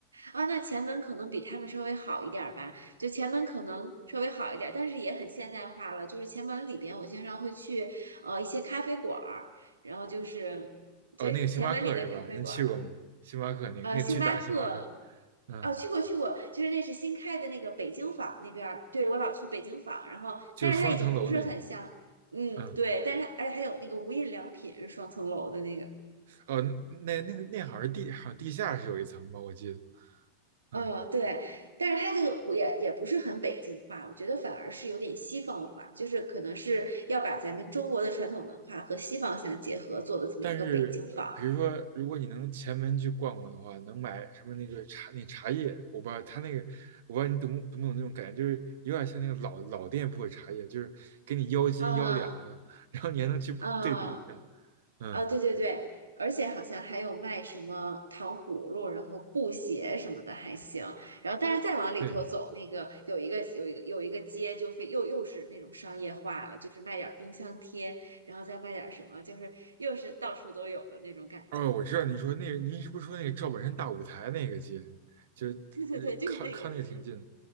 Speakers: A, on the right (about 75°); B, on the right (about 55°).
A: 啊，那前门可能比他们稍微好一点儿吧，就前门可能稍微好一点儿，但是也很现代化了。就是前门里边，我经常会去呃一些咖啡馆儿，然后就是对前门里的咖啡馆儿，
B: 哦，那个星巴克是吧？您去过吗？星巴克那个那个巨大星巴克，
A: 呃，星巴克，
B: 嗯，
A: 哦，去过去过，就是那是新开的那个北京坊那边儿，对我老去北京坊，然后但是它已经不是很像，
B: 就是双层楼那个，
A: 嗯，
B: 嗯。
A: 对，但是而且还有那个无印良品双层楼的那个。
B: 哦，那那那好像是地好像地下是有一层吧，我记得，嗯，
A: 哦，对，但是它这个不也也不是很北京话，我觉得反而是有点西方化，就是可能是要把咱们中国的传统文化和西方相结合做的这么一个北京坊。
B: 但是呃比如说，如果你能前门去逛逛的话，能买什么那个茶那茶叶，我不知道他那个，我不知道你懂不懂不懂那种感觉，就是有点像那个老老店铺的茶叶，就是给你腰斤腰两的，
A: 啊
B: 然后你还能去对比一下，
A: 啊
B: 嗯，
A: 啊！对对对，而且好像还有卖什么糖葫芦，然后布鞋什么的还行。然后，但是再往里头走，
B: 对。
A: 那个有一个有一个有一个街就非又又是那种商业化了，就是卖点儿冰箱贴，然后再卖点儿什么，就是又是到处都有的那种感觉。
B: 哦，我知道你说那个，您是不是说那个赵本山大舞台那个街，就呃
A: 对 <laughs> 对对，就是那个节。
B: 靠靠那个挺近的，